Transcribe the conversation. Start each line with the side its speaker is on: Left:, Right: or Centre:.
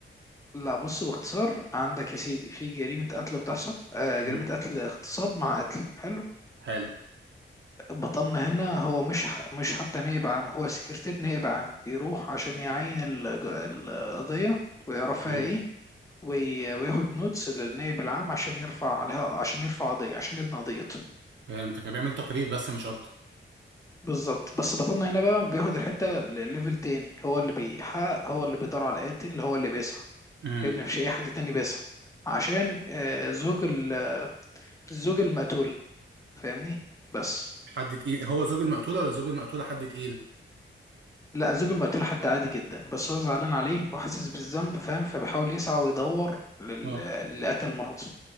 Left: لا بص باختصار عندك يا سيدي في جريمة قتل بتحصل آه جريمة
Right: مم.
Left: قتل اغتصاب مع قتل حلو
Right: حلو
Left: بطلنا هنا هو مش ح- مش حتى نائب عام هو سكرتير نائب عام بيروح عشان يعين الج- القضية ويعرف فيها
Right: مم.
Left: ايه وي- وياخد نوتس للنائب العام عشان يرفع عليها عشان يرفع قضية عشان يبني قضيته
Right: فهمتك بيعمل تقرير بس مش أكتر
Left: بالظبط بس بطلنا هنا بقى بياخد الحتة لليفل تاني هو اللي بيحقق هو اللي بيدور على القاتل هو اللي بيسعى
Right: مم.
Left: لأن مفيش أي حد تاني بيسعى عشان آه، زوج ال- زوج المقتولة فاهمني بس
Right: حد تقيل هو زوج المقتولة ولا زوج المقتولة حد تقيل
Left: لا زوج المقتول حد عادي جدا بس هو زعلان عليه وحاسس بالذنب فاهم فبيحاول يسعى ويدور لل-
Right: اه
Left: للي قتل مراته